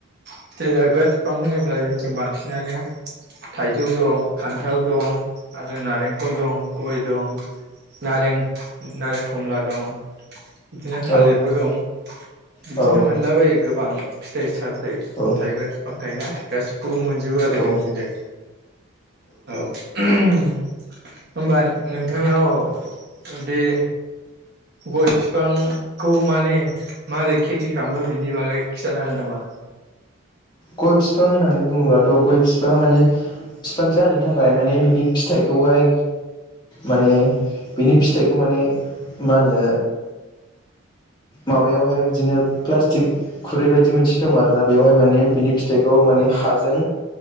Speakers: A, on the right; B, on the left.
A: फिथाइ जाग्रा बिफां होनोब्ला जोंथिं बांसिनानो थाइजौ दं खान्थाल दं आरो नारेंखल दं गय दं नारें नारें खमला दं। बिदिनो थालिरबो
B: औ
A: दं बिदिनो
B: औ
A: मोनलाबायो गोबां, फिथाइ सामथाइ
B: औ
A: थाइग्रा फिफां थाइना गासिब खौबो मोनजोबो आरो
B: औ
A: जोंथिंजाय औ ओम होमबा नोंथांनाव बे, गय बिफां खौ माने मारै खेथि खालामो बिनि बागै खिथानो हागोन नामा?
B: गय बिफां होननानै बुङोबाथ' गय बिफाङा माने बिफां जानो थाखाय माने बिनि फिथाइखौहाय माने बिनि फिथाइखौ माने मा होनो माबायावहाय बिदिनो प्लास्टिक खुरै बायदि मोनसे दं आरोना बेवहाय माने, बिनि फिथाइखौ माने हाजों